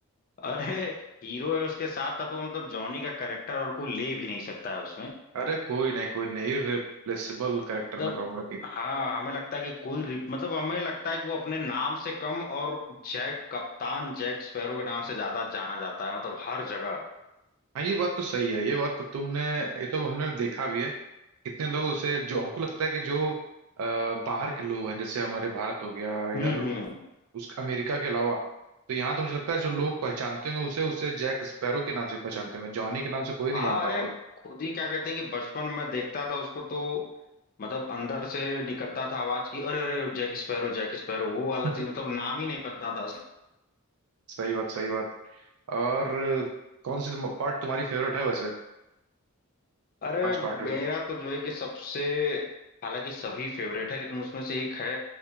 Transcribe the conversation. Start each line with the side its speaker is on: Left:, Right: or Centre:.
Left: अरे हीरो है उसके साथ था तो मतलब जॉनी का करेक्टर और कोई ले भी नहीं सकता है उसमें
Right: अरे कोई नहीं कोई नहीं इररिप्लेसेबल कैरेक्टर
Left: मतलब
Right: मैं कहूंगा कि
Left: हाँ हमें लगता है कि कोई रिप मतलब हमें लगता है कि वो अपने नाम से कम और जैक कप्तान जैक स्पैरो के नाम से ज्यादा जाना जाता है मतलब हर जगह
Right: हाँ ये बात तो सही है ये बात तो तुमने ये तो हमने देखा भी है कितने लोग उसे जो हमको लगता है कि जो अ, बाहर के लोग हैं जैसे हमारे भारत हो गया इधर
Left: हम्म हम्म
Right: उस अमेरिका के अलावा तो यहाँ तो मुझे लगता है जो लोग पहचानते होंगे उसे उसे जैक स्पैरो के नाम से पहचानते होंगे जॉनी के नाम से कोई
Left: हाँ
Right: नहीं जानता
Left: अरे
Right: होगा
Left: खुद ही क्या कहते हैं कि बचपन में देखता था उसको तो मतलब अंदर से निकलता था आवाज की अरे अरे जैक स्पैरो जैक स्पैरो वो
Right: <laughs>
Left: वाला चीज मतलब नाम ही नहीं पता था
Right: सही बात सही बात और कौन सी पार्ट तुम्हारी फेवरेट है वैसे
Left: अरे
Right: पांच
Left: मेरा
Right: पार्ट में से
Left: तो जो है कि सबसे हालांकि सभी फेवरेट है लेकिन उसमें से एक है